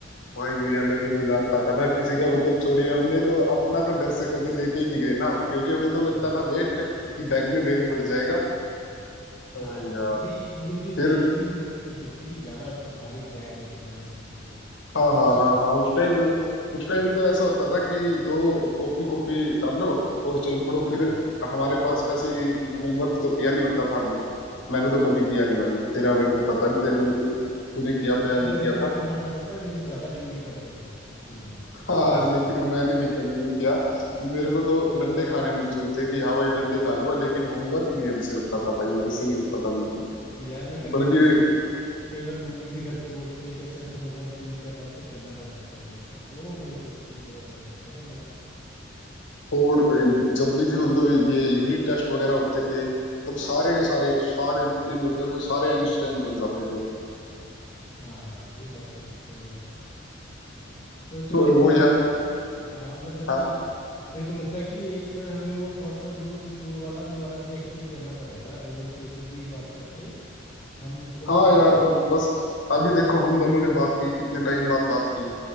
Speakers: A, on the left; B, on the left.
A: भाई ये अलग ही मजा आता था ना किसी का मतलब चोरी हमने तो अपना तो घर से कभी लेके ही नहीं गए ना हम क्योंकि हमें तो
B: हाँ
A: लगता था वेट कि बैग में वेट बढ़ जाएगा अरे
B: हाँ
A: यार
B: नहीं थोड़ी सी
A: फिर
B: बेइज्जती महसूस होती थी कि ज्यादा ब- भारी बैग लेके जाना स्कूल के लिए
A: हाँ हाँ
B: ऐसा लगता
A: हाँ हाँ उस टाइम उस टाइम में तो ऐसा होता था कि दो कॉपी कॉपी डालो और चल पड़ो फिर
B: <laughs> हाँ
A: हमारे पास वैसे भी होमवर्क तो किया नहीं होता था हमने मैंने तो कभी किया नहीं भाई तेरा मेरे को पता नहीं तेरे तूने किया
B: और यार
A: था या नहीं
B: कभी
A: किया
B: कभी
A: था
B: करना पड़ता था नहीं तो ज्यादा डंडे पड़ते थे स्कूल में
A: हाँ
B: टी- मास्टर
A: लेकिन
B: से।
A: मैंने नहीं कभी भी किया मेरे को तो डंडे खाने मंजूर थे कि हाँ भाई डंडे खा लूंगा लेकिन होमवर्क नहीं हमसे होता था भाई मेरे से नहीं होता था बिल्कुल
B: यार मैं कभी
A: बल्कि
B: कभी स्किप कर तो कई बार मम्मी भी घर पे बोलते थे कि अच्छा तू होमवर्क क्यों नहीं कर रहा है फिर करना पड़ जाता था मेरे को तो मेरे को इसलिए थोड़ा सा हो जाता था मेरा
A: और जब भी भी मतलब ये यूनिट टेस्ट वगैरह होते थे तब सारे के सारे सारे जितने भी होते थे सारे आइंस्टाइन बन जाते थे
B: हाँ ये बात तो ठीक है यार तो चलो
A: और वो
B: कोई
A: यार
B: नहीं हाँ मतलब
A: हाँ
B: कि मेरे को लगता है कि एक हमें वो व्हाट्सएप ग्रुप स्कूल वाला दोबारा से एक्टिव करना पड़ेगा लोगों से खुद ही बात करके हम उसको एक्टिव
A: हाँ यार
B: करते
A: तो बस अभी देखो हम दोनों ने बात की कितने टाइम बाद बात
B: हैं
A: की
B: हाँ